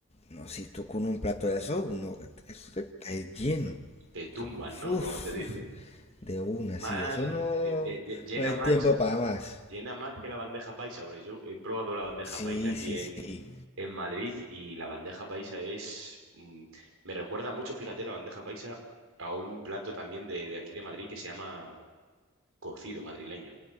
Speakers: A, on the left; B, on the right.
A: no, si tú con un plato de eso, uno eso está lleno.
B: Te tumban,
A: Pero, uf,
B: ¿no? Como se dice.
A: uf, de una,
B: Más,
A: sí, eso no,
B: eh, de- de- llena
A: no hay
B: más,
A: tiempo para más.
B: llena más que la bandeja paisa, porque yo he probado la bandeja
A: Sí,
B: paisa aquí
A: sí,
B: en...
A: sí.
B: En Madrid y la bandeja paisa es... mm, me recuerda mucho, fíjate, la bandeja paisa a un plato también de, de aquí de Madrid que se llama cocido madrileño,